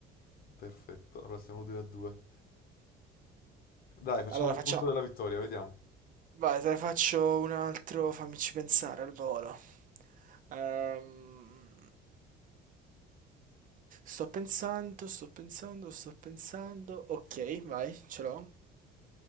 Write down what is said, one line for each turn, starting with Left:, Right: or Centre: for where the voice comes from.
Left: Perfetto, allora siamo 2 a 2. Dai, facciamo
Right: Allora
Left: il
Right: facciamo...
Left: punto della vittoria, vediamo.
Right: Vai, te ne faccio un altro, fammici pensare al volo. Ehm, Sto pensando, sto pensando, sto pensando. Ok, vai, ce l'ho.